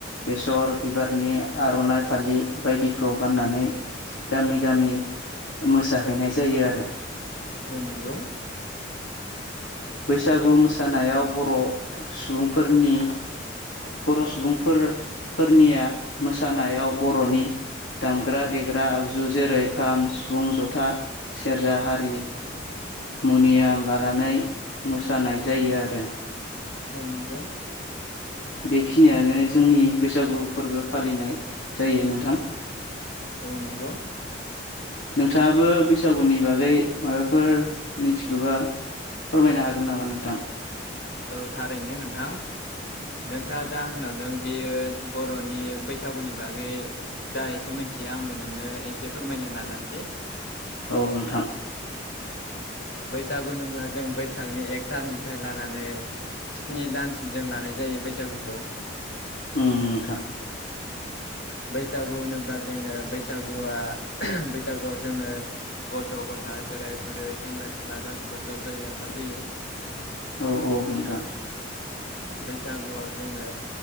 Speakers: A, on the left (about 80°); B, on the left (about 65°).
A: बेसर बिबारनि आर'नाइ फालि बायदिखौ गाननानै गामि गामि मोसाहैनाय जायो आरो।
B: औ नंगौ
A: बैसागु मोसानायाव बर' सुबुंफोरनि बर' सुबुंफोरफोरनिया मोसानायाव बर'नि दामग्रा देग्रा आगजु जेरै खाम सिफुं जथा सेरजा हारि मनियाम लानानै मोसानाय जायो आरो।
B: औ नोंगौ।
A: बेखिनियानो जोंनि बैसागु फोरबो फालिनाय जायो नोंथां।
B: औ नंगौ।
A: नोंथाङाबो बैसागुनि बागै माबाफोर मिथिखोबा। फोरमायनो हागोन नामा नोंथां?
B: औ थारैनो नोंथां। नोंथां जा होलांदों बेयो बर'नि बैसागुनि बागै। जा एसे मिथियो आंबो नोंनो एसे फोरमायनो नाजानोसै।
A: औ नोंथां।
B: बैसागु होनब्ला जों बैसागनि एकथारिगनिफ्राय लानानै स्नि दानसिम जों लानाय जायो बैसागुखौ।
A: ओम नोंथां।
B: <inaudible> बैसागु होनोब्ला जोङो बैसागुआ बैसागुआव जोङो। गथ' गथाय बोराय बुरै सेंग्रा सिख्ला गासिबो ज' ज'यै ओंखारबोयो।
A: औ औ नोंथां।
B: <inaudible> बैसागुआव जोङो